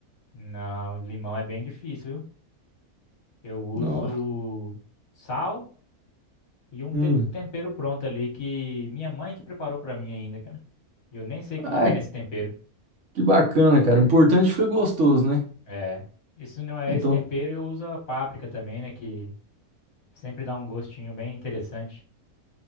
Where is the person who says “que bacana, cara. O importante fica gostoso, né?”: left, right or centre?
Right